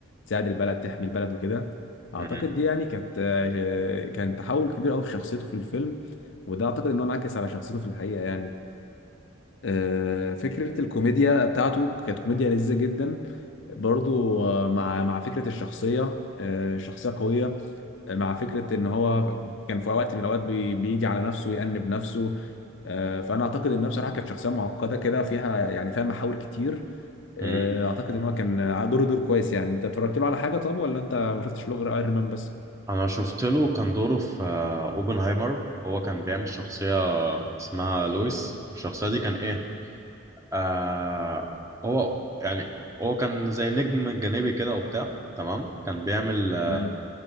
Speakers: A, on the left; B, on the right.
A: تساعد البلد تحمي البلد وكده اعتقد
B: مم،
A: دي يعني كانت آه، كان تحول كبير قوي في شخصيته في الفيلم وده اعتقد ان هو انعكس على شخصيته في الحقيقه يعني آه، فكره الكوميديا بتاعته كانت كوميديا لذيذه جدا برضو آه، مع مع فكره الشخصيه آه، شخصيه قويه آه، مع فكره ان هو كان في وقت من الاوقات بي- بيجي على نفسه ويأنب نفسه آه، فانا اعتقد انها بصراحه كانت شخصيه معقده كده فيها يعني فيها محاور كتير آه،
B: مم.
A: اعتقد ان هو كان دوره دور كويس يعني انت اتفرجت له على حاجه طب ولا انت ما شفتش له غير ايرون مان بس
B: أنا شفت له كان دوره في آه، أوبنهايمر هو كان بيعمل شخصية اسمها لويس الشخصية دي كان إيه آه هو يعني هو كان زي نجم جانبي كده وبتاع تمام كان بيعمل آه،
A: تمام